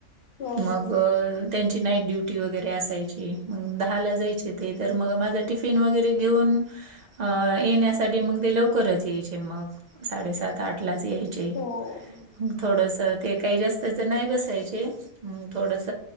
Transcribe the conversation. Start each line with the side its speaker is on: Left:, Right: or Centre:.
Left: हो हो
Right: मग
Left: हो
Right: त्यांची नाईट ड्युटी वगैरे असायची मग दहाला जायचे ते तर मग माझा टिफिन वगैरे घेऊन हा येण्यासा साठी मग ते लवकरच यायचे मग साडेसात आठ लाच यायचे
Left: हो हो हो हो
Right: म थोडंसं ते काही जास्तच नाही बसायचे. मंग थोडस